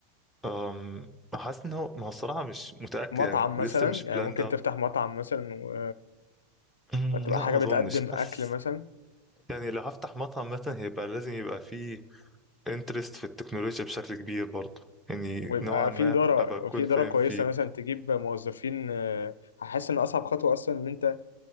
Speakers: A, in the centre; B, on the left.
A: أم حاسس ان هو ما هو الصراحة مش متأكد
B: مطعم
A: يعني لسه
B: مثلا
A: مش
B: يعني
A: بلان
B: ممكن
A: ده
B: تفتح مطعم مثلا و...
A: أمم،
B: وتبقى
A: لا
B: حاجه
A: ما اظنش
B: بتقدم
A: حاسس
B: اكل مثلا
A: يعني لو هفتح مطعم مثلا هيبقى لازم يبقى فيه انترست في التكنولوجيا بشكل كبير برضه يعني
B: ويبقى
A: نوعا ما
B: في إدارة
A: ابقى اكون
B: في إدارة
A: فاهم
B: كويسة
A: فيه
B: مثلا تجيب موظفين آه، هحس إن أصعب خطوة أصلا إن أنت